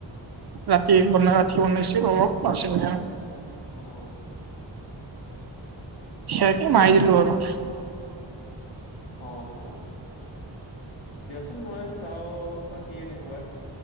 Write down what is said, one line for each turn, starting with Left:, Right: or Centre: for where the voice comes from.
Right: ৰাতি বনাই ৰাতি বনাইছিল অলপ আছিলে
Left: অ'।
Right: সেয়াকে মাৰি দিলো আৰু।
Left: অ', অ'। দিয়াচোন মই চাওঁ বাকী এনেকুৱাই,